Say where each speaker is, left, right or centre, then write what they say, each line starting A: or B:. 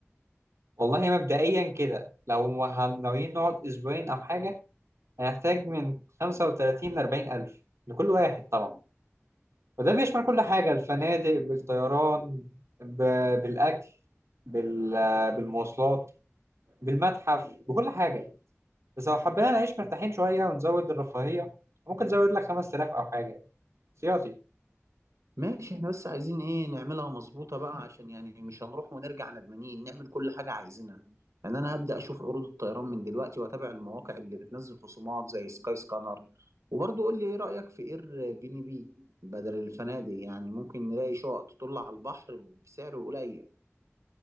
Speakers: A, on the right (about 70°); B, on the right (about 85°).
A: والله مبدئيا كده لو هن- ناويين نقعد أسبوعين أو حاجة هنحتاج من خمسة وتلاتين لأربعين ألف لكل واحد طبعا وده بيشمل كل حاجة الفنادق بالطيران ب... بالأكل بال... بالمواصلات بالمتحف بكل حاجة بس لو حبينا نعيش مرتاحين شوية ونزود الرفاهية ممكن نزود لك 5000 أو حاجة احتياطي
B: ماشي احنا بس عايزين ايه نعملها مظبوطة بقى عشان يعني مش هنروح ونرجع ندمانين نعمل كل حاجة عايزينها يعني انا هبدأ اشوف عروض الطيران من دلوقتي واتابع المواقع اللي بتنزل خصومات زي سكاي سكانر وبرضه قول لي ايه رأيك في اير بي ان بي بدل الفنادق يعني ممكن نلاقي شقق تطل على البحر بسعر قليل